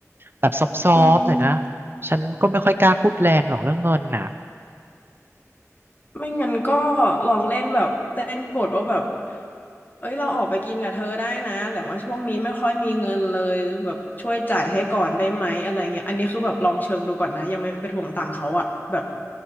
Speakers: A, on the right; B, on the left.
A: แบบซอฟซอฟหน่อยนะ
B: อืม
A: ฉันก็ไม่ค่อยกล้าพูดแรงหรอกเรื่องเงินน่ะ
B: ไม่งั้นก็ลองเล่นแบบเล่นบทว่าแบบเอ้ยเราออกไปกินกับเธอได้นะแต่ว่าช่วงนี้ไม่ค่อยมีเงินเลยแบบช่วยจ่ายให้ก่อนได้ไหมอะไรเงี้ยอันนี้คือแบบลองเชิงดูก่อนนะยังไม่ไปทวงตังค์เขาอะแบบ